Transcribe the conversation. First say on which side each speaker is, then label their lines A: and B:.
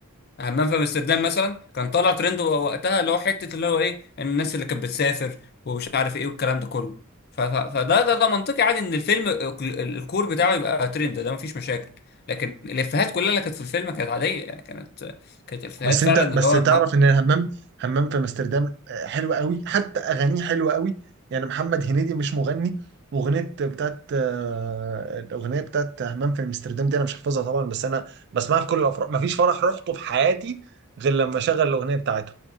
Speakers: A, on the left; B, on the right.
A: همام في امستردام مثلا كان طالع ترند وقتها اللي هو حته اللي هو ايه الناس اللي كانت بتسافر ومش عارف ايه والكلام ده كله ف- ف- فده ده, ده منطقي عادي ان الفيلم ال- الكور بتاعه يبقى ترند ده مفيش مشاكل لكن الافيهات كلها اللي كانت في الفيلم كانت عاديه يعني كانت كانت افيهات
B: بس
A: فعلا
B: انت بس
A: اللي هو
B: تعرف ان الهمام همام في امستردام آه، حلو قوي حتى اغانيه حلوه قوي يعني محمد هنيدي مش مغني واغنيه بتاعت آه، الاغنيه بتاعت همام في امستردام دي انا مش حافظها طبعا بس انا بسمعها في كل الافراح مفيش فرح رحته في حياتي غير لما شغل الاغنيه بتاعته